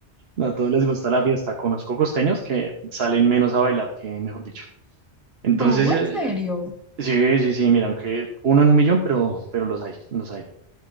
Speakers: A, on the right (about 65°); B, in the centre.
A: no a todos les gusta la fiesta. Conozco costeños que salen menos a bailar que, mejor dicho. Entonces,
B: Bobo,
A: eh,
B: ¿en serio?
A: sí, sí, sí, mira, aunque uno en un millón, pero, pero los hay, los hay.